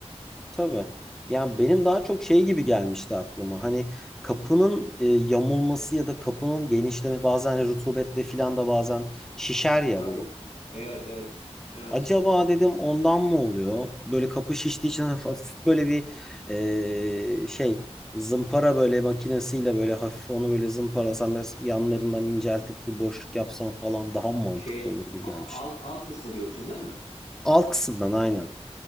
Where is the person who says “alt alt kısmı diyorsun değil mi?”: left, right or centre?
Left